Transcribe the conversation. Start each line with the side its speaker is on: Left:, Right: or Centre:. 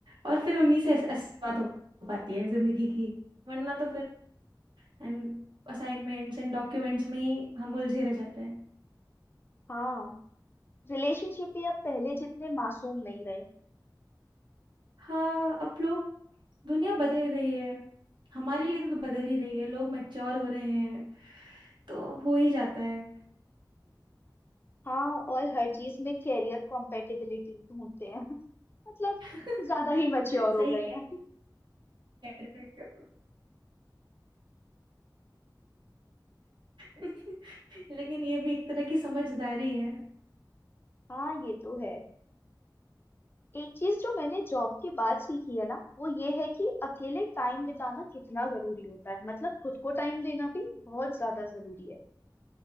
Right: और फिर उन्हीं से ऐस- ऐसी बात हो पाती है जिंदगी की वरना तो फिर एंड असाइनमेंट्स एंड डॉक्यूमेंट्स में ही हम उलझे रह जाते हैं
Left: हाँ रिलेशनशिप भी अब पहले जितने मासूम नहीं रहे
Right: हाँ अब लोग दुनिया बदल रही है हमारे लिए तो बदल ही रही है लोग मैच्योर हो रहे हैं तो हो ही जाता है
Left: हाँ और हर चीज में कैरियर कॉम्पेटिबिलिटी ढूंढते हैं <laughs> मतलब
Right: <laughs>
Left: ज्यादा ही मैच्योर
Right: सही
Left: हो गए
Right: कह
Left: हैं
Right: रहे हो <laughs> लेकिन ये भी एक तरह की समझदारी है
Left: हाँ ये तो है एक चीज जो मैंने जॉब के बाद सीखी है ना वो ये है कि अकेले टाइम बिताना कितना जरूरी होता है मतलब खुद को टाइम देना भी बहुत ज्यादा जरूरी है